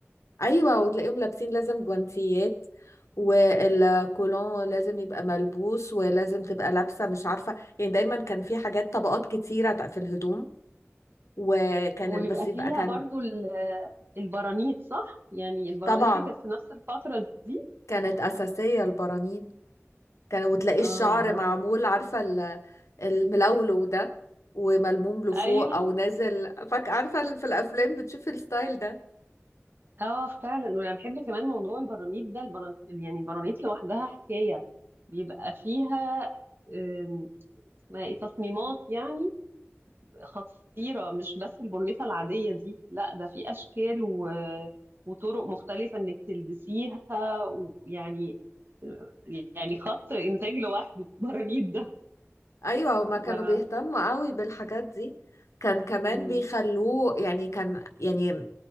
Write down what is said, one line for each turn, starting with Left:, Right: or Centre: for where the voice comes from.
Left: ايوه وتلاقيهم لابسين لازم جوانتيات والكولون لازم يبقى ملبوس ولازم تبقى لابسه مش عارفه يعني دايما كان في حاجات طبقات كتيره في الهدوم وكان
Right: وبيبقى
Left: البس
Right: فيها
Left: يبقى كان
Right: برضو ال- البرانيت صح يعني البرانيت
Left: طبعا
Right: دي كانت في نفس الفترة دي
Left: كانت اساسيه البرانيت كان وتلاقي
Right: اه
Left: الشعر
Right: البر...
Left: معمول عارفه ال- الملولو ده وملموم لفوق
Right: ايوه
Left: او نازل فاك عارفه في الافلام بتشوفي الستايل ده
Right: اه فعلا وانا بحب كمان موضوع البرانيت ده البرانيت يعني البرانيت لوحدها حكاية بيبقى فيها آم، اسمها ايه تصميمات يعني خطيرة مش بس البنيطة العادية دي لا ده في أشكال و... وطرق مختلفة إنك تلبسيها ويعني يعني يعني خط إنتاج لوحده <laughs> البرانيت ده
Left: ايوه هما
Right: ما...
Left: كانوا بيهتموا قوي بالحاجات دي كان كمان
Right: مم.
Left: بيخلوه يعني كان يعني